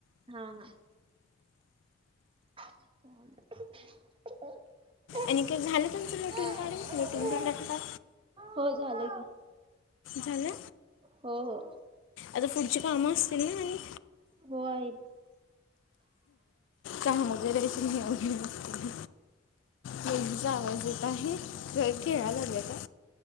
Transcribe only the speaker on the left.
अनिकेत, झालं तुमचं, लोटून
काडून. लोटून काड का
झाले.
आता पुढची कामं असतील ना आणि.
काम वगैरे स नाही हो घे लागत. मुीचा आवाज येत आहे घर घेळायला लागलाता.